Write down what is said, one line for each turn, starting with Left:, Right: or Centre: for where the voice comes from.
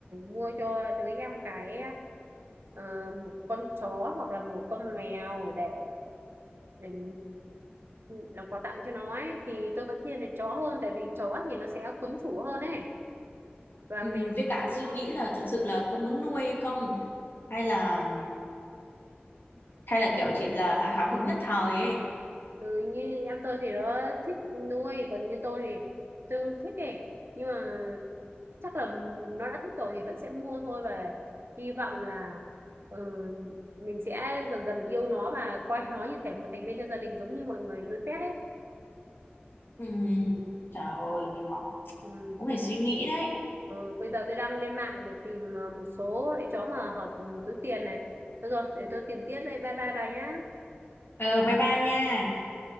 Right: mua cho đứa em cái ờ, một con chó hoặc là một con mèo để để làm quà tặng cho nó ấy thì tôi vẫn thiên về chó hơn tại vì chó thì nó sẽ quấn chủ hơn ấy và
Left: Ừ,
Right: mèo
Left: với cả
Right: thì
Left: suy
Right: nó
Left: nghĩ là thực sự là có muốn nuôi hay không hay là hay là kiểu chỉ là hào hào hứng nhất thời ấy
Right: Ừ, như em tôi thì nó thích nuôi còn như tôi thì tôi không thích ấy nhưng mà chắc là nó đã thích rồi thì vẫn sẽ mua thôi và hy vọng là ừ, mình sẽ dần dần yêu nó và coi nó như thể một thành viên trong gia đình giống như mọi người nuôi pet ấy
Left: ừ trời ơi nhưng mà
Right: ừ.
Left: cũng phải suy nghĩ đấy
Right: Ừ, bây giờ tôi đang lên mạng để tìm ờ, một số loại chó mà hợp túi tiền này được rồi để tôi tìm tiếp đây bye bye bà nhá
Left: ừ bye bye nha
Right: Ừ.